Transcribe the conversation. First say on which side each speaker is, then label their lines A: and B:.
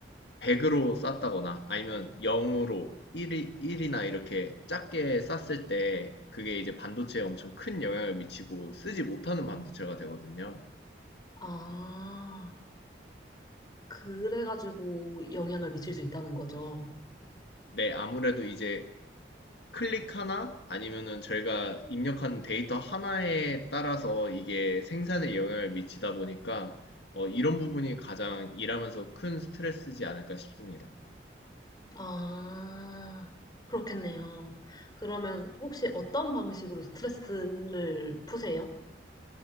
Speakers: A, on the left (about 65°); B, on the left (about 25°).
A: 100으로 쐈다거나 아니면 0으로 1, 1이나 이렇게 작게 쐈을 때 그게 이제 반도체에 엄청 큰 영향을 미치고 쓰지 못하는 반도체가 되거든요.
B: 아. 그래가지고 영향을 미칠 수 있다는 거죠.
A: 네, 아무래도 이제 클릭 하나 아니면은 저희가 입력한 데이터 하나에 따라서 이게 생산에 영향을 미치다 보니까 어, 이런 부분이 가장 일하면서 큰 스트레스지 않을까 싶습니다.
B: 아, 그렇겠네요. 그러면 혹시 어떤 방식으로 스트레스를 푸세요?